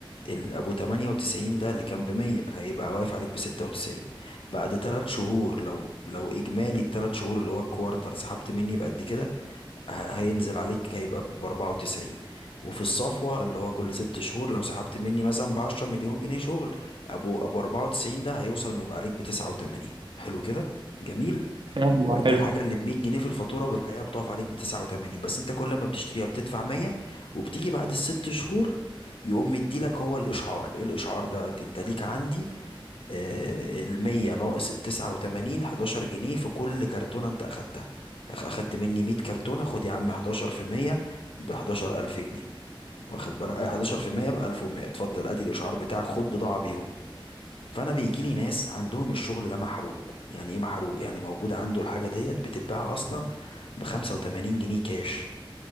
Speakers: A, on the left; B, on the right.
A: ال- ابو 98 ده اللي كان ب 100 هيبقى واقف عليك ب 96 بعد 3 شهور لو لو اجمالي الثلاث شهور اللي هو الكوارتر سحبت مني بقد كده ه- هينزل عليك هيبقى ب 94 وفي الصفوة اللي هو كل ست شهور لو سحبت مني مثلا ب 10 مليون جنيه شغل ابو ابو 94 ده هيوصل انه يبقى عليك ب 89 حلو كده جميل
B: فاهم
A: يبقى
B: آه،
A: انت
B: حلو
A: الحاجة اللي ب 100 جنيه في الفاتورة بالحقيقة بتقف عليك ب 89 بس انت كل ما بتشتريها بتدفع 100 وبتيجي بعد الست شهور يقوم مديلك هو الاشعار ايه الاشعار ده انت ليك عندي آه، المية ناقص التسعة وتمانين حداشر جنيه في كل كرتونة انت اخدتها أخ- اخدت مني مية كرتونة خد يا عم حداشر في مية بحداشر ألف جنيه واخد بالك آه، حداشر في مية بألف ومية اتفضل ادي الإشعار بتاعك خد بضاعة بيهم فأنا بيجيلي ناس عندهم الشغل ده محروق يعني ايه محروق يعني موجود عنده الحاجة ديت بتتباع أصلا بخمسة وتمانين جنيه كاش